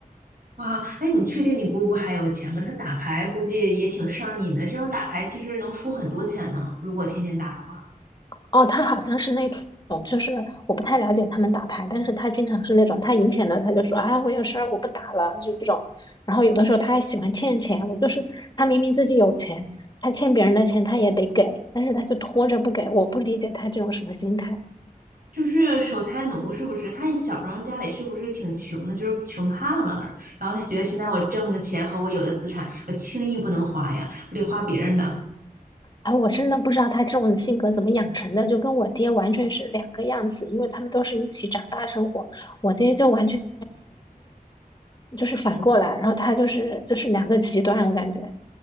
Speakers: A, on the right (about 70°); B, on the left (about 30°).
A: 哇，哎，你确定你姑姑还有钱吗？她打牌估计也挺上瘾的，这种打牌其实能输很多钱呢，如果天天打的话。
B: 哦，他好像是那种，就是我不太了解他们打牌，但是他经常是那种，他赢钱了他就说啊，我有事儿我不打了这种，然后有的时候他还喜欢欠钱，我就是他明明自己有钱，他欠别人的钱他也得给，但是他就拖着不给，我不理解他这种什么心态，
A: 就是守财奴是不是？他小时候家里是不是挺穷的，就是穷怕了。然后他觉得现在我挣的钱和我有的资产，我轻易不能花呀，我得花别人的。
B: 啊，我真的不知道他这种性格怎么养成的，就跟我爹完全是两个样子，因为他们都是一起长大生活，我爹就完全就是反过来，然后他就是就是两个极端，我感觉。